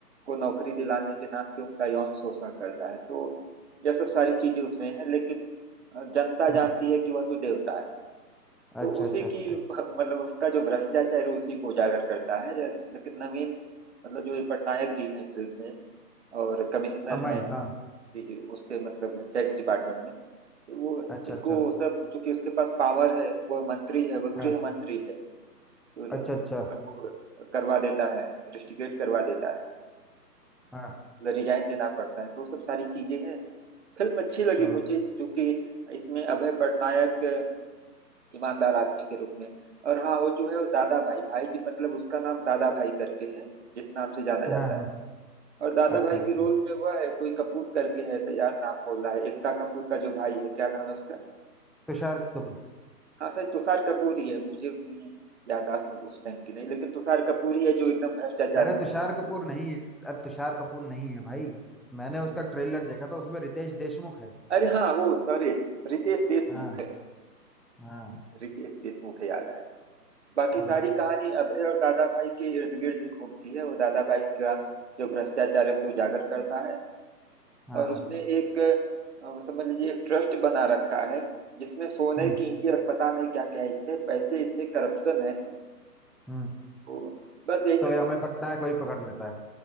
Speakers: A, on the right; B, in the centre.
A: को नौकरी दिलाने के नाम पे उनका यौन शोषण करता है तो यह सब सारी चीजें उसमें है लेकिन अ, जनता
B: हाँ
A: जानती है कि वह तो देवता है तो
B: अच्छा
A: उसी
B: अच्छा अच्छा
A: की <laughs> मतलब उसका जो भ्रष्टाचार है उसी को उजागर करता है लेकिन नवीन मतलब जो ये पटनायक जी हैं फिल्म में और कमिश्नर
B: अमय
A: हैं
B: हाँ
A: जी जी उसके मतलब टैक्स डिपार्टमेंट में वो
B: अच्छा
A: इनको
B: अच्छा
A: सब चूंकि उसके पास पावर है वह मंत्री है वह
B: हाँ
A: गृह मंत्री है तो र-
B: अच्छा
A: मतलब
B: अच्छा
A: वो करवा देता है रिस्ट्रिकेट करवा देता है
B: हाँ
A: मतलब रिजाइन देना पड़ता है तो सब सारी चीजें हैं फिल्म अच्छी लगी
B: हाँ
A: मुझे चूंकि इसमें अभय पटनायक ईमानदार आदमी के रूप में और हाँ वो जो है वो दादा भाई भाई जी मतलब उसका नाम दादा भाई करके है जिस नाम से जाना
B: हाँ
A: जाता
B: हाँ
A: है और दादा
B: अच्छा
A: भाई
B: अच्छा
A: के रोल में वह है कोई कपूर करके है तो यार नाम बोल रहा है एकता कपूर का जो भाई है क्या नाम है उसका
B: तुषार कपूर
A: हाँ सर तुषार कपूर ही है मुझे उतनी याददाश्त उ- उस टाइम की नहीं लेकिन तुषार कपूर ही है जो एकदम भ्रष्टाचार
B: अरे
A: में
B: तुषार कपूर नहीं है अरे तुषार कपूर नहीं है भाई मैंने उसका ट्रेलर देखा था उसमें रितेश देशमुख है
A: अरे हाँ वो सॉरी रितेश देशमुख
B: हाँ
A: है
B: हाँ
A: रितेश देशमुख है याद आया बाकी
B: हाँ
A: सारी कहानी अभय और दादा भाई के इर्द गिर्द ही घूमती है वो दादा भाई का जो भ्रष्टाचार है उसे उजागर करता है
B: हाँ
A: और उसने एक अ, वो समझ लीजिए एक ट्रस्ट बना रखा है जिसमें सोने
B: हम्म
A: की ईंटें और पता नहीं क्या क्या है इतने पैसे इतने करप्शन है
B: हम्म
A: तो बस यही
B: तो
A: सब
B: ये हमें पटना है कोई पकड़ लेता है